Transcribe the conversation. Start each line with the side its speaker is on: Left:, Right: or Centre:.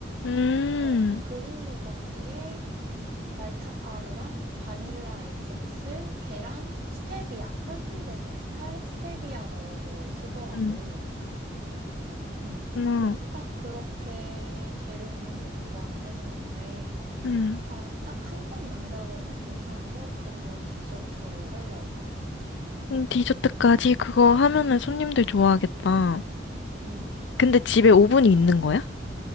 Left: 음,
Right: 어,
Left: 음.
Right: 그릭 요거트에 말차가루랑 바닐라 에센스, 계란, 스테비아, 설탕 대신 스타, 스테비아 넣어서 쓰더라고.
Left: 음,
Right: 응.
Left: 음,
Right: 그래서 딱 그렇게 재료만 넣고 만드는 건데,
Left: 음.
Right: 아, 딱 한 번 만들어 봤는데 괜찮아서 그거 디저트로 하려고.
Left: 음, 디저트까지 그거 하면은 손님들 좋아하겠다.
Right: 음.
Left: 근데 집에 오븐이 있는 거야?